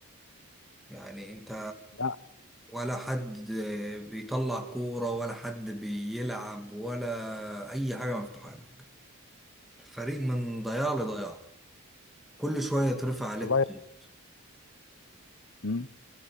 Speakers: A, in the centre; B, on the left (about 60°).
A: يعني انت
B: لا
A: ولا حد بيطلع كورة ولا حد بيلعب ولا أي حاجة مفتوحة لك الفريق من ضياع لضياع كل شوية يترفع عليك
B: والله
A: طين
B: مم.